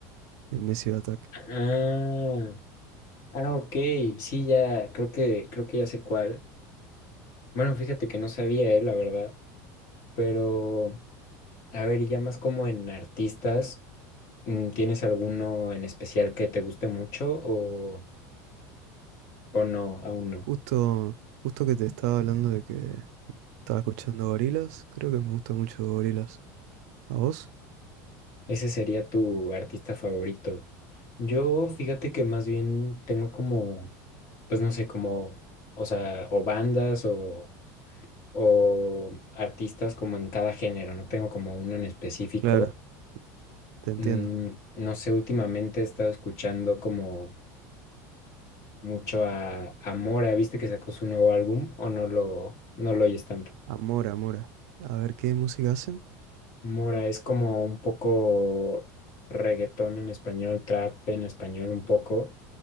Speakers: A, on the right; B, on the left.
A: de Massive Attack.
B: Ah, ah, ok. Sí, ya, creo que, creo que ya sé cuál. Bueno, fíjate que no sabía él, la verdad. Pero, a ver, y ya más como en artistas, mm, ¿tienes alguno en especial que te guste mucho o, o no, aún no?
A: Justo, justo que te estaba hablando de que estaba escuchando Gorillaz, creo que me gusta mucho Gorillaz. ¿A vos?
B: Ese sería tu artista favorito. Yo, fíjate que más bien tengo como, pues no sé, como, o sea, o bandas o o artistas como en cada género, no tengo como uno en específico.
A: Claro, te entiendo.
B: Mm, no sé, últimamente he estado escuchando como mucho a, a Mora, ¿viste que sacó su nuevo álbum o no lo, no lo oyes tanto?
A: Amora, Amora. A ver qué música hacen,
B: Mora es como un poco reggaetón en español, trap en español un poco,